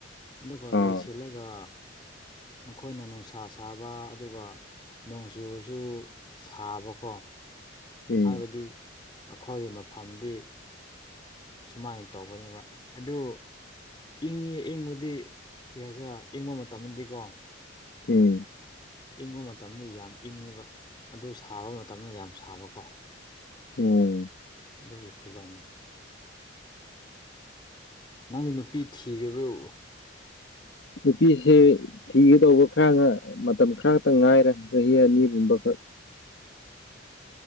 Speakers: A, on the left (about 25°); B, on the left (about 60°).
A: ꯑꯗꯨꯒ
B: ꯑꯥ
A: ꯂꯣꯏꯁꯤꯜꯂꯒ ꯃꯈꯣꯏꯅ ꯅꯨꯡꯁꯥ ꯁꯥꯕ ꯑꯗꯨꯒ ꯅꯣꯡꯆꯨꯕꯁꯨ ꯁꯥꯕꯀꯣ
B: ꯎꯝ
A: ꯍꯥꯏꯕꯗꯤ ꯑꯩꯈꯣꯏꯒꯤ ꯃꯐꯝꯗꯤ ꯁꯨꯃꯥꯏꯅ ꯇꯧꯕꯅꯦꯕ ꯑꯗꯨ ꯏꯪꯉꯦ ꯏꯪꯕꯗꯤ ꯀꯩ ꯍꯥꯏꯁꯦ ꯏꯪꯕ ꯃꯇꯝꯗꯗꯤꯀꯣ
B: ꯎꯝ
A: ꯏꯪꯕ ꯃꯇꯝꯗ ꯌꯥꯝ ꯏꯪꯉꯤꯕ ꯑꯗꯨ ꯁꯥꯕ ꯃꯇꯝꯗ ꯌꯥꯝ ꯁꯥꯕꯀꯣ
B: ꯎꯝ
A: ꯑꯗꯨꯒꯤ ꯐꯤꯕꯝꯅꯤ ꯅꯪꯗꯤ ꯅꯨꯄꯤ ꯊꯤ꯭ꯔꯣ
B: ꯅꯨꯄꯤꯁꯦ ꯊꯤꯒꯗꯧꯕ ꯈꯔ ꯃꯇꯝ ꯈꯔꯇ ꯉꯥꯏꯔꯦ ꯆꯍꯤ ꯑꯅꯤꯒꯨꯝꯕꯈꯛ
A: <unintelligible>